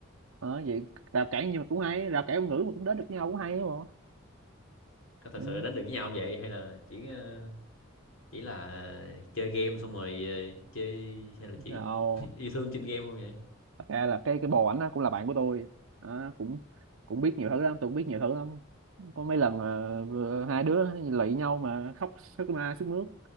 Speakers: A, on the right; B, on the left.
A: đó vậy rào cản nhưng mà cũng hay rào cản ngôn ngữ mà cũng đến được nhau cũng hay đúng không
B: có thật
A: ừ.
B: sự đến được với nhau không vậy hay là chỉ ờ, chỉ là chơi game xong rồi ờ, chơi hay là chỉ,
A: Rồi,
B: chỉ yêu thương trên game không vậy
A: thật ra là cái cái bồ ảnh á, cũng là bạn của tôi Đó, cũng cũng biết nhiều thứ lắm tôi cũng biết nhiều thứ lắm có mấy lần ờ, vừa- hai đứa lụy nhau mà khóc sướt ma sướt mướt